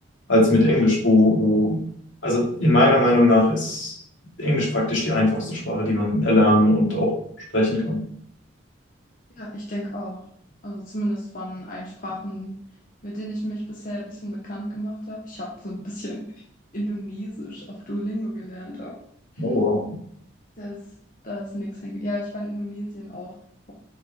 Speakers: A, on the left; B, on the left.
A: als mit Englisch, wo, wo, also in meiner Meinung nach ist Englisch praktisch die einfachste Sprache, die man erlernen und auch sprechen kann.
B: Ja, ich denke auch. Also zumindest von allen Sprachen, mit denen ich mich bisher ein bisschen bekannt gemacht habe. Ich habe so ein bisschen <laughs> Indonesisch auf Duolingo gelernt, aber <clears throat> hm,
A: Oh, wow.
B: das, da ist nichts hängen. Ja, ich war in Indonesien auch vor